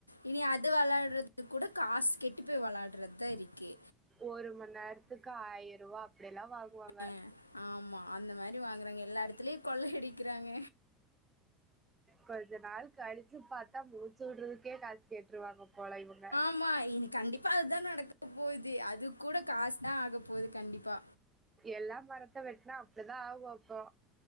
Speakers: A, on the left; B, on the right.
A: இனி அது வெளயாடுறது கூட காசு கெட்டு போய் வௌயாடுறது தா இரிக்கு
B: ஒரு மணி நேரத்துக்கு ஆயரருவா அப்டி எல்லா வாங்குவாங்க
A: அ, ஆமா அந்த மாரி வாங்கிறாங்க எல்லா எடத்துலையு கொள்ளை அடிக்கிறாங்க
B: கொஞ்ச நாள் கழிச்சு பாத்தா மூச்சு வுடுறதுக்கே காசு கேட்டுருவாங்க போல இவுங்க
A: ஆமா இனி கண்டிப்பா அதா நடக்க போகுது அது கூட காஸ் தா ஆகப்போகுது கண்டிப்பா
B: எல்லா மரத்த வெட்னா அப்டிதா ஆகு அப்போ